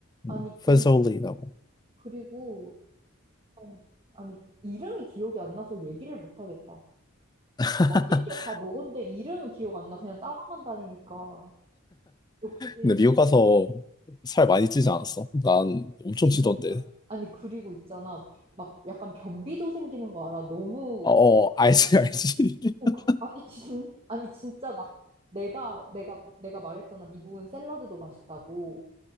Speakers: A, on the right; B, on the left.
A: 아니
B: 음,
A: 그리고
B: 페솔리라고.
A: 그리고 어, 아니 이름이 기억이 안 나서 얘기를 못 하겠다.
B: <laughs>
A: 맛있게 다 먹었는데 이름은 기억 안 나. 그냥 따라만 다니니까. 역시
B: 근데 미국 가서 살 많이 찌지 않았어? 난 엄청
A: 진
B: 찌던데.
A: 아니 그리고 있잖아 막 약간 변비도 생기는 거 알아 너무
B: 어, 어, 알지, 알지. <laughs>
A: 어, 그, 아니 진 아니 진짜 나 내가 내가 내가 말했잖아 미국은 샐러드도 맛있다고